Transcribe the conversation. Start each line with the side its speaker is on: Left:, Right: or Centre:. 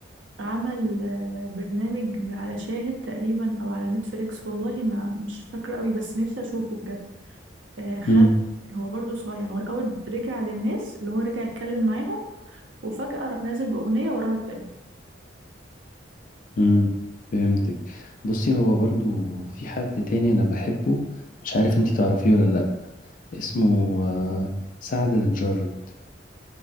Right: عمل آه برنامج على شاهد تقريبا او على نتفليكس والله ما مش فاكرة قوي بس نفسي اشوفه بجد آه خد
Left: مم،
Right: هو برضه صايع هو الاول رجع للناس اللي هو رجع يتكلم معاهم وفجأة راح نازل بأغنية وراها التانية
Left: مم، فهمتك بصي هو برضو في حد تاني انا بحبه مش عارف انتي تعرفيه ولا لا اسمه آه، سعد المجرد